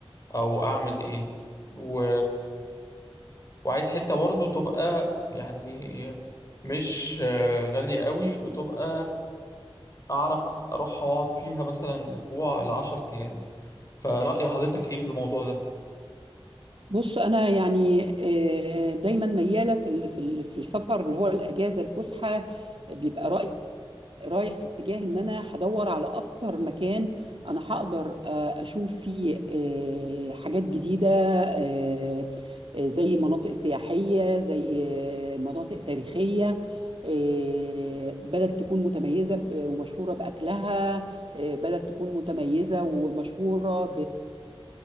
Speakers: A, on the left (about 35°); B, on the right (about 60°).
A: أو أعمل إيه و... وعايز حتة برضو تبقى يعني مش آه، غالية قوي وتبقى أعرف أروحها وأقعد فيها مثلا أسبوع لعشر أيام فرأي حضرتك إيه في الموضوع ده؟
B: بص انا يعني آه، دايما مياله في ال- في ال- في السفر اللي هو الاجازه الفسحه بيبقى رايح في اتجاه ان انا هدور على اكتر مكان انا هقدر آه، اشوف فيه آه، حاجات جديدة آه، آه، زي مناطق سياحية زي آه، مناطق تاريخية آه، بلد تكون متميزة ب- ومشهورة بأكلها آه، بلد تكون متميزة ومشهورة